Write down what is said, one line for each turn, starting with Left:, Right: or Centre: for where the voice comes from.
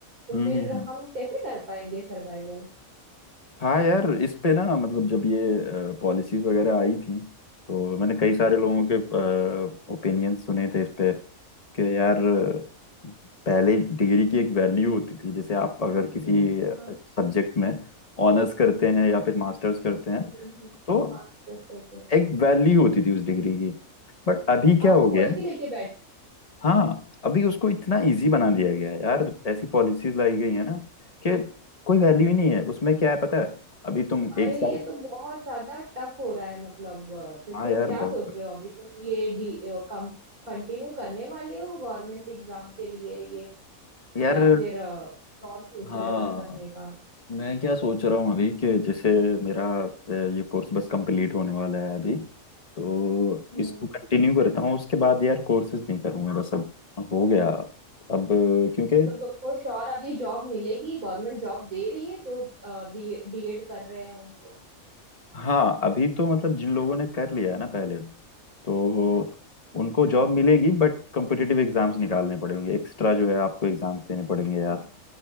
Right: तो
Left: हम्म
Right: फिर
Left: हम्म, हम्म।
Right: हम कैसे कर पाएंगे सर्वाइवल
Left: हाँ यार इस पे ना मतलब जब ये पॉलिसीज वगैरह आई थी तो मैंने कई सारे लोगों के ओपिनियंस सुने थे इस पे कि यार अ, पहले डिग्री की एक वैल्यू होती थी जैसे आप अगर किसी हम्म,
Right: हाँ
Left: सब्जेक्ट में ऑनर्स करते हैं या फिर मास्टर्स करते हैं
Right: हम्म, हम्म,
Left: तो
Right: मास्टर्स करते हैं।
Left: एक वैल्यू होती थी उस डिग्री की बट अभी क्या
Right: अब
Left: हो
Right: तो
Left: गया
Right: कोई
Left: है
Right: भी लेके बैठ जाए
Left: हाँ अभी उसको इतना इजी बना दिया गया है यार ऐसी पॉलिसीज लाई गई है ना कि कोई वैल्यू ही नहीं है उसमें क्या है पता है अभी तुम
Right: हमारे
Left: एक
Right: लिए
Left: साल
Right: तो बहुत ज्यादा टफ हो रहा है मतलब अ, फिर
Left: हाँ
Right: तुम
Left: यार
Right: क्या
Left: बहुत
Right: सोच रहे हो अभी तुम ये डी कंटिन्यू करने वाले हो गवर्नमेंट एग्जाम के लिए
Left: यार
Right: या फिर श्योर सोच
Left: हाँ
Right: रहे हो अब करने का
Left: मैं क्या सोच रहा हूँ अभी कि जैसे मेरा अ, ये कोर्स बस कंप्लीट होने वाला है अभी तो
Right: हम्म
Left: इसको कंटिन्यू करता हूँ उसके बाद यार कोर्सेज नहीं करूँगा बस अब हो गया अब क्योंकि
Right: तो तुमको श्योर अभी जॉब मिलेगी गवर्नमेंट जॉब दे रही है जो डीएड कर रहे हैं उनको
Left: हाँ अभी तो मतलब जिन लोगों ने कर लिया है ना पहले तो उनको जॉब मिलेगी बट कॉम्पिटिटिव एग्जाम्स निकालने पड़ेंगे एक्स्ट्रा जो है आपको एग्जाम्स देने पड़ेंगे यार
Right: हाँ